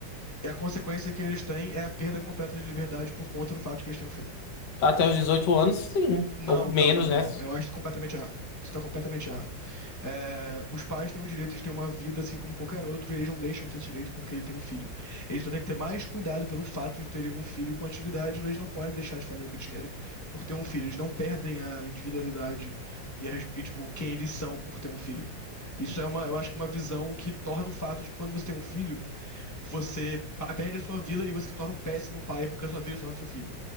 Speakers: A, on the left; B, on the left.
A: E a consequência que eles têm é a perda completa de liberdade por conta do fato de que eles têm um filho.
B: Até os 18 anos, sim.
A: Não,
B: Ou menos,
A: não, não,
B: né?
A: não. Eu acho isso completamente errado. Isso tá completamente errado. É, os pais têm o direito de ter uma vida assim como qualquer outro, e eles não deixam de ter esse direito porque ele tem um filho. Eles só têm que ter mais cuidado pelo fato de terem um filho com atividade, mas eles não podem deixar de fazer o que eles querem por ter um filho. Eles não perdem a individualidade e, a resp- e, tipo, quem eles são por ter um filho. Isso é uma, eu acho que uma visão que torna o fato de que quando você tem um filho, você pa- perde a sua vida e você se torna um péssimo pai porque a sua vida se torna seu filho.